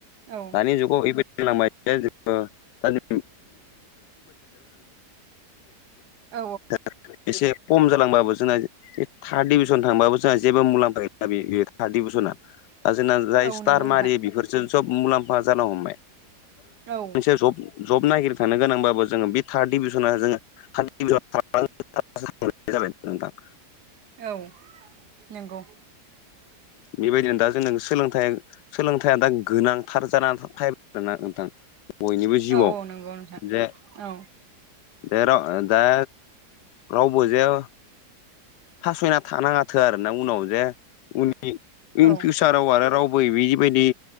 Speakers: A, on the right; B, on the left.
A: औ
B: दानि जुगाव <unintelligible> मायथाइया जोबबा
A: औ
B: <unintelligible> <unintelligible> एसे खम जालांबाबो जोंहा बे थार्ड डिभिसन थांबाबो जोंहा जेबो मुलाम्फा दा बेयो थार दि भिसना दा जोंना जाय
A: औ
B: स्टार
A: नंगौ नोंथां
B: मारि बेफोर जों सब मुलाम्फा जानो हमबाय
A: औ
B: मोनसे जब जब नायगिरनो थांनो गोनांबाबो जोङो बे थार्ड डिभिजना जोङो <unintelligible> जाबाय नोंथां।
A: औ नंगौ।
B: उम बेबायदिनो दा जों सोलोंथाइ सोलोंथाइया दा गोनांथार जानानै फायबायना नोंथां। बयनिबो जिउआव
A: औ औ नंगौ नोंथां
B: जे
A: औ
B: जेराव दा रावबो जे फासयना थानाङाथो आरो ना उनाव जे उननि इन
A: औ
B: फिउसार साराव आरो रावबो इबिबायदि